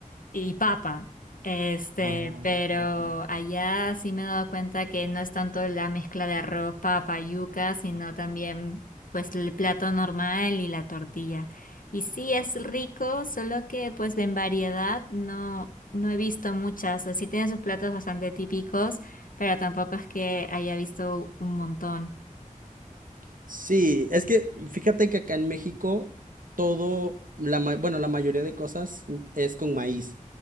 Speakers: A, on the left; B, on the right.
A: y papa. Este,
B: Ah,
A: pero
B: ok.
A: allá sí me he dado cuenta que no es tanto la mezcla de arroz, papa, yuca, sino también pues el plato normal y la tortilla. Y sí es rico, solo que pues en variedad no, no he visto muchas. O sea, Sí tiene sus platos bastante típicos, pero tampoco es que haya visto un montón.
B: Sí, es que fíjate que acá en México todo, la, ma- bueno, la mayoría de cosas es con maíz.